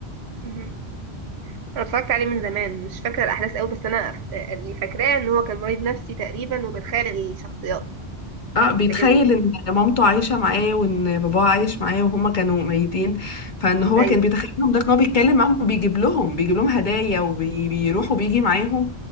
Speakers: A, on the right; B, on the left.
A: مهم. انا اتفرجت عليه من زمان مش فاكره الاحداث قوي بس انا ف- اللي فاكراه ان هو كان مريض نفسي تقريبا وبيتخيل الشخصيات
B: اه بيتخيل
A: لكن
B: ان مامته عايشة معاه وان باباه عايش معاه وهما كانوا ميتين فان هو
A: ايوه
B: كان بيتخيلهم ده ان هو بيتكلم معاهم وبيجيب لهم بيجيب لهم هدايا وبيروح وبيجي معاهم